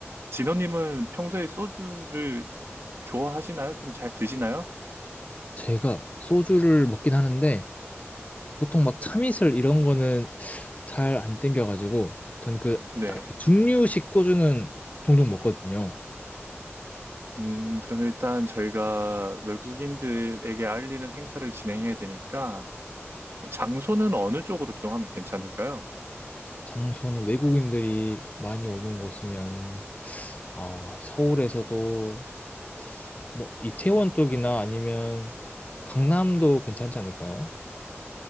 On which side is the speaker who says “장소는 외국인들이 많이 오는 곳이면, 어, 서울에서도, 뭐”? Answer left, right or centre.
Left